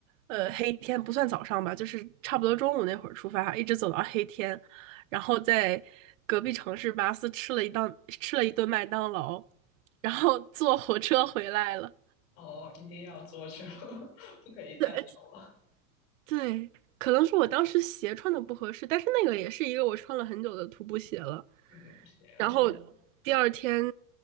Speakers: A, on the right; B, on the left.
A: 呃黑天，不算早上吧，就是差不多中午那会儿出发，一直走到黑天，然后在隔壁城市巴斯吃了一档吃了一顿麦当劳，然后坐火车回来了。
B: 哦，一定要坐车，<laughs> 不可以再穿
A: 对对，可能是我当时鞋穿的不合适，但是那个也是一个我穿了很久的徒步鞋了。
B: 运动鞋啊！
A: 然后
B: 嗯
A: 第二天